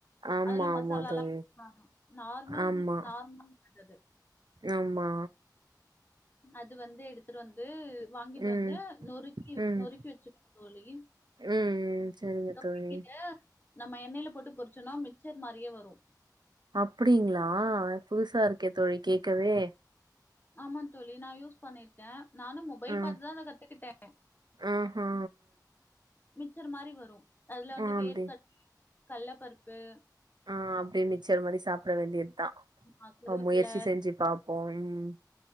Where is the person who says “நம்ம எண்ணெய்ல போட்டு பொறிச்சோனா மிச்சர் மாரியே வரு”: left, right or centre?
Left